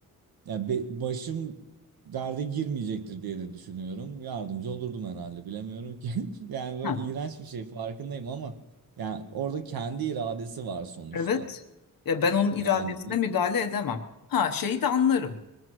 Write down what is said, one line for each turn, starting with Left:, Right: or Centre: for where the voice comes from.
Right: ya be- başım derde girmeyecektir diye de düşünüyorum. Yardımcı olurdum herhalde bilemiyorum ki. <laughs> Yani böyle
Left: Ha,
Right: iğrenç bir şey farkındayım ama yani orada kendi iradesi var sonuçta.
Left: evet. Ya ben onun iradesine
Right: Yani
Left: müdahale edemem. Ha şeyi de anlarım.